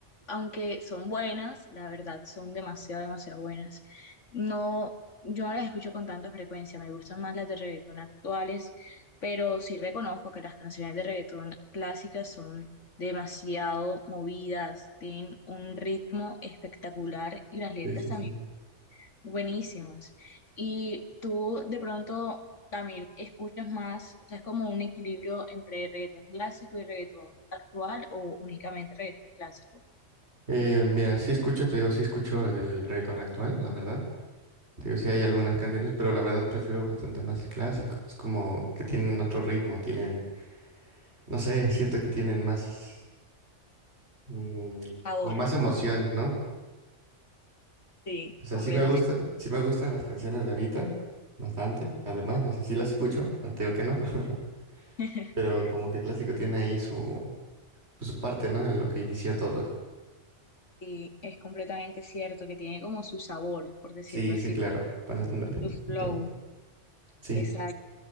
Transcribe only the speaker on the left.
aunque son buenas, la verdad son demasiado, demasiado buenas. No, yo no las escucho con tanta frecuencia, me gustan más las de reggaetón actuales, pero sí reconozco que las canciones de reggaetón clásicas son demasiado movidas, tienen un ritmo espectacular y las letras
también
buenísimas. Y tú de pronto también escuchas más, o sea, es como un equilibrio entre reggaetón clásico y reggaetón actual o únicamente reggaetón clásico.
Ahora,
sí,
completamente.
<laughs>
Y es completamente cierto que tiene como su sabor, por decirlo
así,
su flow,
esa